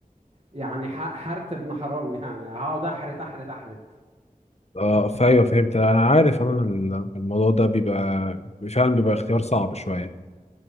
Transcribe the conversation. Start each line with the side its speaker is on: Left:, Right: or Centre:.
Right: يعني ح- حرت ابن حرام يعني هقعد أحرت أحرت أحرت
Left: اه فايوه فهمت أنا عارف أنا ال- الموضوع ده بيبقى فعلا بيبقى اختيار صعب شوية